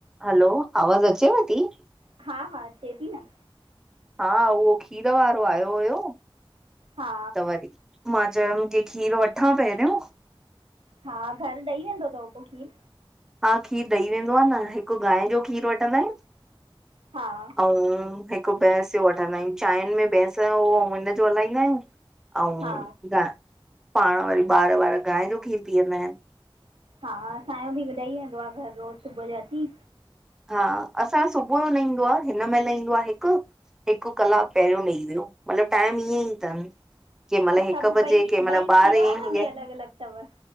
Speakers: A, in the centre; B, on the right.
A: हलो, आवाज़ अचेव ती?
B: हा, हा अचे ती न।
A: हा उओ खीर वारो आयो हुयो,
B: हा
A: त वरी मां चयुम की खीरु वठां पहिरियों
B: हा घर ॾई वेंदो तव पो खीरु?
A: हा खीर ॾई वेंदो आ न हिकु गांय जो खीर वठंदा आहियूं
B: हा
A: अऊं हिकु भैंस जो वठंदा आहियूं चांयिन में भैंस जो अउं हिनज जो हलाईंदा आहियूं आउं
B: हा
A: द पाण वरी ॿार-वार गांय जो खीर पीअंदा आहिनि।
B: हा असांजो बि ॾई वेंदो आ घर रोज़ सुबुह जो अची
A: हा असां सुबुह जो न ईंदो आ, हिन महिल ईंदो आ हिकु हिकु कलाकु पहिरियों ॾई वियो, मतिलबु टाइम ईंऐ ई तन। केह मल
B: अच्छा
A: हिक
B: पोइ
A: बजे
B: ॿई
A: केह मल
B: ॿई
A: ॿारहे
B: खीर वारा
A: हिअं
B: बि अलॻि अलॻि अथव